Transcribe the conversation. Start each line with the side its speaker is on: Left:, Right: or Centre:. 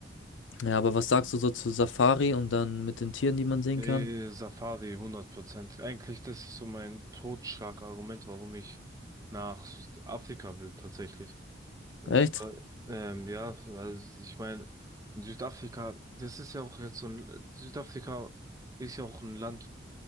Left: Ja, aber was sagst du so zu Safari und dann mit den Tieren, die man sehen
Right: Nee,
Left: kann?
Right: Safari 100%. Eigentlich, das ist so mein Totschlagargument, warum ich nach Südafrika will, tatsächlich. Also
Left: Echt?
Right: Ich war, ähm, ja, also ich meine, in Südafrika, das ist ja auch jetzt so ein, Südafrika ist ja auch ein Land,